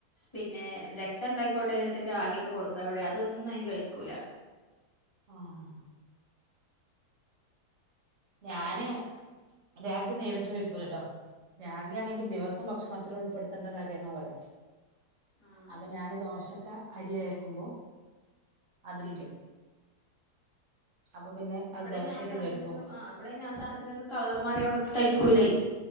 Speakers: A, on the left (about 20°); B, on the right (about 55°).
A: പിന്നെ. രക്തം ഇണ്ടായിക്കോട്ടെ കരുതീട്ട് രാഗിയൊക്കെ കൊടുക്കും എവിടെ അതൊന്നും അതിന് കഴിക്കൂല
B: ആഹ ഞാന് രാഗി നേരിട്ട് വക്കൂലല്ലോ. രാഗി ആണെങ്കി ദിവസം ഭക്ഷണത്തിൽ ഉൾപ്പെടുത്തണ്ട കാര്യെന്നാ പറയാ.
A: ആഹ്
B: അപ്പൊ ഞാൻ ദോശൊക്കെ അരി അരക്കുമ്പോ അതിലിടും. അപ്പൊ പിന്നെ
A: ഇവിടെന്നെ
B: അത് ദോശയായിട്ട്
A: ആസാനത്തിന്റെന്നും
B: കേറിപ്പോവും
A: ആ ഇവിടെന്നെ ആസാനത്തിന്റെന്നും കളർമറിയ ഇവിടെ കഴിക്കൂലേ.